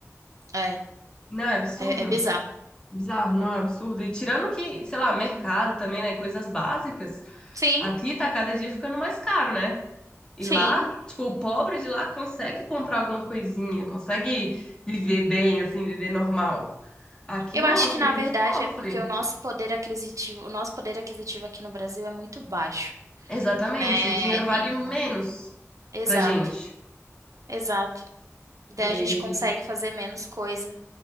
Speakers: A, on the right (about 85°); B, on the left (about 15°).
A: é,
B: Não, é absurdo.
A: é, é bizarro.
B: Bizarro, não é um absurdo. E tirando que, sei lá, mercado também, né? Coisas básicas,
A: Sim,
B: aqui tá cada dia ficando mais caro, né? E
A: sim.
B: lá, tipo, o pobre de lá consegue comprar alguma coisinha, consegue viver bem, assim, viver normal. Aqui
A: Eu
B: não,
A: acho
B: aqui
A: que na
B: a gente
A: verdade
B: sofre.
A: é porque o nosso poder aquisitivo, o nosso poder aquisitivo aqui no Brasil é muito baixo,
B: Exatamente,
A: né?
B: o dinheiro vale
A: Em-
B: menos
A: em- Exato,
B: pra gente.
A: exato. Daí
B: E
A: a
B: aí
A: gente
B: a
A: consegue
B: gente.
A: fazer menos coisa.